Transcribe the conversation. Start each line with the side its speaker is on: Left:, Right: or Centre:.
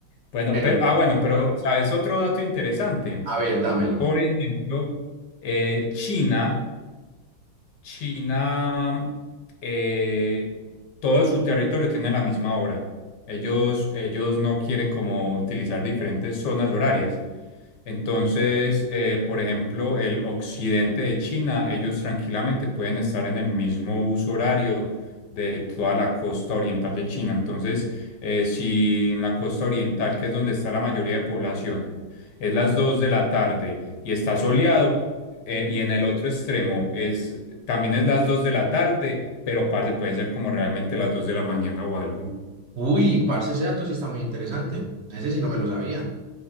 Left: Bueno,
Right: Bueno,
Left: pero, ah, bueno, pero, ¿sabes? Otro dato interesante.
Right: a ver, dámelo.
Left: Por ejemplo, eh, China. China, eh, todo su territorio tiene la misma hora. Ellos, ellos no quieren como utilizar diferentes zonas horarias. Entonces, eh, por ejemplo, el occidente de China, ellos tranquilamente pueden estar en el mismo uso horario de toda la costa oriental de China. Entonces, eh, si en la costa oriental, que es donde está la mayoría de población, es las 2 de la tarde y está soleado, eh, y en el otro extremo es, también es las 2 de la tarde, pero parce, pueden ser como realmente las 2 de la mañana o algo.
Right: Uy, parce, ese dato sí está muy interesante. Ese sí no me lo sabía.